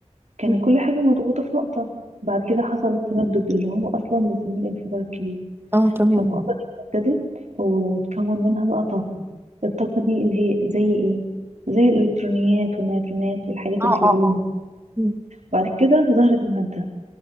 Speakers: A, on the right; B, on the right.
A: كانت
B: مم.
A: كل حاجة مضغوطة في نقطة بعد كده حصل التمدد اللي هو أصلا بنسميه الانفجار الكبير
B: اه تمام
A: فالنقطة
B: اه
A: دي اتمددت وتكون منها بقى طاقة الطاقة دي اللي هي زي إيه؟ زي الإلكترونيات والنيوترونات والحاجات
B: اه
A: اللي في العلوم
B: اه مم.
A: بعد كده ظهرت المادة